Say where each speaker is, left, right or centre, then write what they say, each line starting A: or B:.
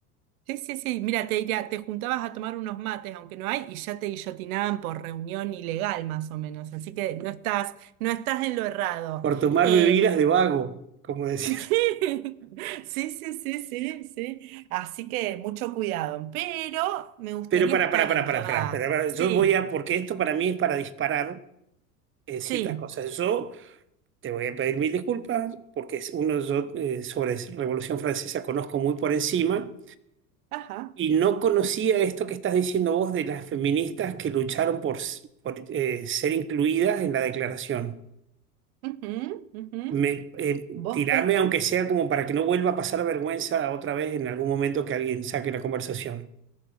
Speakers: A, on the right (about 60°); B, on the right (about 25°).
A: Sí, sí, sí. Mira, te diría, te juntabas a tomar unos mates, aunque no hay, y ya te guillotinaban por reunión ilegal, más o menos. Así que no estás, no estás en lo errado.
B: por tomar
A: Eh,
B: bebidas de vago, como decía.
A: <laughs> Sí, sí, sí, sí, sí. Así que mucho cuidado. Pero
B: <laughs>
A: me gustaría
B: Pero para,
A: estar
B: para, para,
A: en
B: para,
A: toda.
B: para,
A: Sí,
B: yo voy a, porque esto para mí es para disparar eh,
A: sí.
B: ciertas cosas. Yo te voy a pedir mil disculpas porque es uno, yo eh, sobre Revolución Francesa conozco muy por encima
A: Ajá.
B: Y no conocía esto que estás diciendo vos de las feministas que lucharon por, s- por, eh, ser incluidas en la declaración.
A: ujú, ujú.
B: Me, eh,
A: Vos
B: tirame,
A: pe-
B: aunque sea como para que no vuelva a pasar vergüenza otra vez en algún momento que alguien saque la conversación.